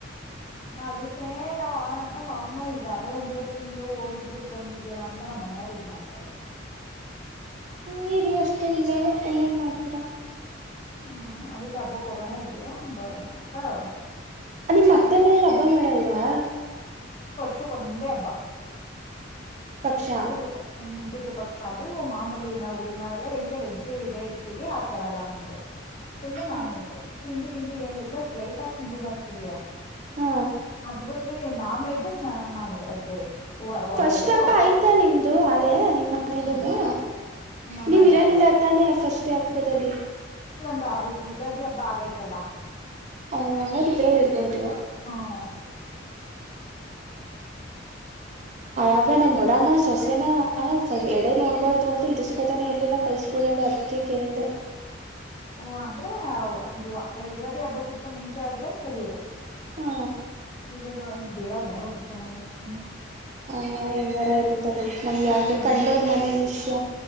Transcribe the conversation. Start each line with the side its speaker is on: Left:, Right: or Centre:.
Left: ಅದಕ್ಕೆೇ ನಾವು ನಮ್ಮ ಅಮ್ಮ ಆಗಲ ಒಂದವರೆ ತಿಂಗ್ಗಳು ಹೋಗಿದ್ಬ ಬಿಟ್ಟು ಬಂದಿದ್ಯಲ್ಲ ಅಂತ ನಮ್ಮ ಮನೆಯವ್ರಿಗೆ. ಮಾಡ್ತಾವಳೆ
Right: ಹ ರಿ ರಷ್ಟೇ ಇನೆ ಇನ್ನೇನ್ ಮಾಡ್ತೀರಾ.
Left: ಹ್ಮ್ ಅದಕ್ಕೆ ಹಬ್ಬಕ್ ಹೋಗೋಣ ಇಬ್ರ ವಿಗಿ ಅಂತ ಅವ್ರೆ.
Right: ಅಲ್ಲಿ ಮತ್ತೆ ಮೇಲ ಹಬ್ಬ ಮಾಡಲ್ವಾ.
Left: ಕ್ಕಂದೇ ಹಬ್ಬ
Right: ಪಕ್ಷ
Left: ಪಿತೃಪ ಪಿತೃಪ ಅದು ಮಾಮೂಲಿ ನಾವು ಇ ನಾವೆಲ್ಲ ಹಿಂಗೆ ವೆಜ್ಜ್ ಇಡೇ ಇಡ್ತೀವಿ ಆ ತರ ಅಲ್ಲ ನಮ್ದು. ಫುಲ್ಲ
Right: ಹ
Left: ನಾನ್ ವೆಜ್ಜ್ ತಿಂಡಿ ಗಿಂಡಿ ಏ ಇಲ್ಲ ಲೈಟ್ ಆಗಿ ತಿಂಡಿ ಮಾಡ್ತೀವಿಯಾ.
Right: ಹಾ
Left: ಅದ್ ಬಿಟ್ರಿ ನಾನ್ ವೆಜ್ಜ ಚೆನ್ನಾಗ ಮಾಡದ ಅಡ್ಗೆಗೆ.
Right: ಫಸ್ಟ್
Left: ಎಡೆಗೆ
Right: ಹಬ್ಬ
Left: ಹೊಸ
Right: ಆಯ್ತಾ ನಿಮ್ದು ಆಲೆೇ ನಿಮ್ಮ ಮನೇಲೂನು.
Left: ಇಲ್ಲ ನಮ್ಮ
Right: ನೀವ್
Left: ಮನೇಲಿ
Right: ಇರಂಗಿಲ್ಲ
Left: ಯಾವ್ದು ಆಗಿ
Right: ತಾನೆ ಫಸ್ಟ್ ಹಬ್ಬದಲ್ಲಿ.
Left: ದ ಯುಗಾದಿ ಹಬ್ಬ ಆಗೈತಲ್ಲ.
Right: ಹೂ ಅಂಗರಿ ಇದ್ರ ಇರಬಹುದು
Left: ಹ್ಮ <inaudible>
Right: ಆಗೆ ನಮ ದೊಡಮ್ಮ ಸೊಸೆನ ಹ ಎಡೆ ನೋಡ್ಬಾರ್ದು ಅಂತ ಇರ್ರಿಸ್ಕೋತಾನೆ ಎಲ್ಲಿಲ್ಲ ಕಳ್ಸ್ಬಿಡನಾ ಅದಕ್ಕೆ ಕೇಳದೆ.
Left: ಹೊ ಅಂದ್ರೆ ದು ಯುಗಾದಿ ಹಬ್ಬಕ್ಕಿತ್ತ ಮುಂಚೆ ಆದ್ರೆ ಸರಿಯ
Right: ಹಾ
Left: ಈಗದ ಲೆ ಅವ್ರ ಮನೆಗ ಹೊಸು ಚೆನ್ನಾಗಿಲಾ ಅಶ್ವಿನಿ
Right: ಹ ಎಂಗಾರ ಇರಲ್ಲಿ ತಗೊಳ್ಳಿ ನಮ್ಗೆ
Left: ಹ್ಮ್
Right: ಯಾಕೆ
Left: ನನ್
Right: ಕಂಡೋರ್ ಮನೆ ವಿಷ್ಯ.